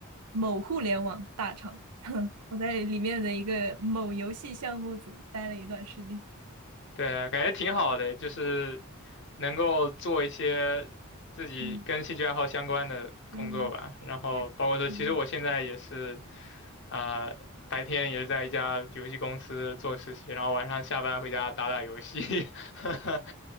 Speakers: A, on the right; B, on the left.
A: 某互联网大厂，<laughs> 我在里面的一个某游戏项目组待了一段时间。
B: 对，感觉挺好的，就是能够做一些自己跟兴趣爱好相关的工作吧。
A: 嗯嗯，
B: 然后包括说，
A: 呃嗯，
B: 其实我现在也是，啊、白天也是在一家游戏公司做实习，然后晚上下班回家打打游戏。<laughs>